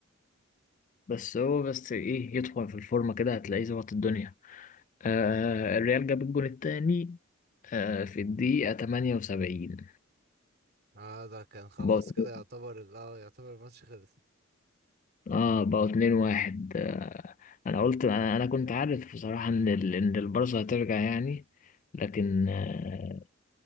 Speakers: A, on the left; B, on the right.
A: بس هو بس إيه يدخل في الفورمة كده هتلاقيه ظبط الدنيا آه، الريال جاب الجون التاني آه، في الدقيقة 78
B: اه ده كان خلاص
A: بقوا اتنين-
B: كده يعتبر اه يعتبر الماتش خلص
A: اه بقوا اتنين واحد آه انا قلت انا, أنا كنت عارف بصراحة ان ال... ان البارسا هترجع يعني لكن آه